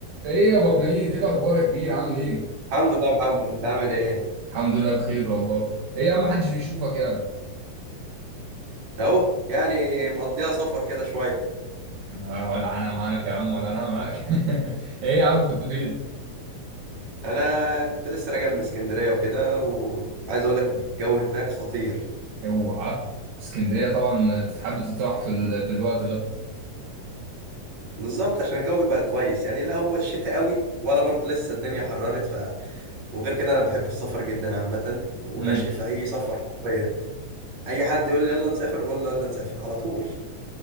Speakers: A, on the right; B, on the right.
A: ايه يا ابو حميد ايه الاخبار يا كبير عامل ايه
B: الحمد لله يا محمد انت عامل ايه
A: الحمد لله بخير والله ايه يا عم محدش بيشوفك يا عم؟
B: اهو يعني مقضيها سفر كده شويه
A: آه ولا انا معاك يا عم ولا انا معاك <laughs> ايه يا عم كنت فين
B: انا كنت لسه راجع من اسكندريه وكده وعايز اقول لك الجو هناك خطير
A: اوعى اسكندريه طبعا تتحب تطرح في ال... في الوقت ده
B: بالظبط عشان الجو بيبقى كويس يعني لا هو الشتاء قوي ولا برضه لسه الدنيا حررت ف وغير كده انا بحب السفر جدا عامه وراشق
A: مم.
B: في اي سفر حرفيا اي حد يقول لي يلا نسافر بقول له يلا نسافر على طول